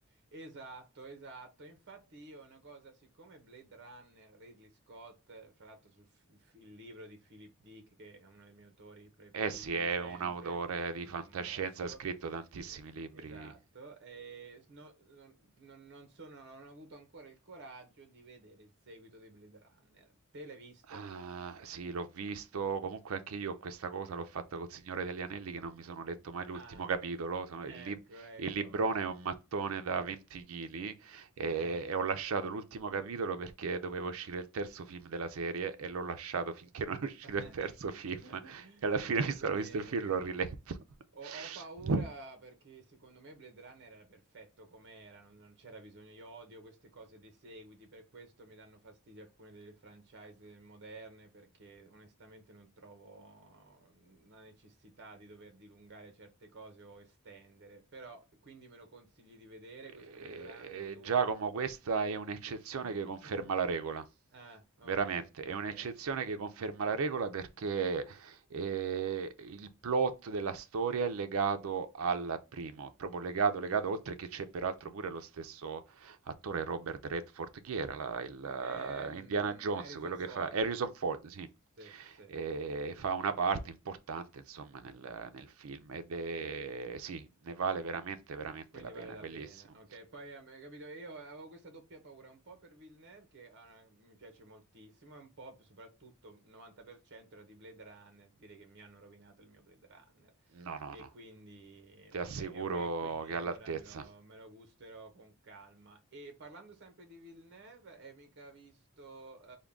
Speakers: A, on the right (about 55°); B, on the right (about 75°).
A: Esatto, esatto. Infatti io una cosa, siccome Blade Runner, Ridley Scott, fra l'altro sul f- il libro di Philip Dick, che è uno dei miei autori preferiti
B: Eh sì, è
A: di sempre,
B: un autore di
A: un
B: fantascienza,
A: mostro,
B: ha scritto tantissimi
A: eh,
B: libri.
A: esatto, eh, no- non, non- non sono, non ho avuto ancora il coraggio di vedere il seguito di Blade Runner. Te l'hai visto?
B: Ah, sì, l'ho visto. Comunque anche io questa cosa l'ho fatta col Signore degli Anelli che non mi sono letto mai l'ultimo
A: Ah,
B: capitolo. Sono-
A: ecco,
B: il, lib-
A: ecco.
B: il librone
A: mm,
B: è un mattone da 20 kg e,
A: Eh.
B: e ho lasciato l'ultimo capitolo perché doveva uscire il terzo film della serie e l'ho lasciato finché non è uscito
A: <laughs>
B: il terzo film. E alla fine
A: Eh,
B: mi sono
A: quindi
B: visto il film e l'ho riletto.
A: ho,
B: <laughs>
A: ho paura perché secondo me Blade Runner era perfetto come era, non, non c'era bisogno. Io odio queste cose dei seguiti, per questo mi danno fastidio alcune delle franchise moderne perché onestamente non trovo la necessità di dover dilungare certe cose o estendere. Però quindi me lo consigli di vedere
B: Eh,
A: questo Blade Runner 2?
B: eh, Giacomo, questa è un'eccezione
A: Mhm.
B: che conferma
A: <laughs>
B: la regola.
A: Ah, ok,
B: Veramente, è
A: ok.
B: un'eccezione che conferma la regola perché eh, il plot della storia è legato al primo, proprio legato, legato, oltre che c'è peraltro pure lo stesso attore Robert Redford, chi era la- il,
A: Ehm,
B: eh, Indiana Jones,
A: Harrison
B: quello
A: Ford,
B: che fa Harrison Ford, sì,
A: sì, sì,
B: e fa una parte importante insomma nel, nel film ed è sì, ne vale veramente veramente
A: quindi
B: la pena,
A: vale la
B: è bellissimo.
A: pena. Ok, poi ehm, capito, io avevo questa doppia paura, un po' per Villeneuve che eh, mi piace moltissimo, e un po' p- soprattutto il 90% era di Blade Runner, dire che mi hanno rovinato il mio Blade Runner.
B: No, no,
A: E
B: no,
A: quindi,
B: ti
A: ok,
B: assicuro
A: ok, quindi
B: che è
A: allora
B: all'altezza.
A: me lo, me lo gusterò con calma. E parlando sempre di Villeneuve, hai mica visto eh,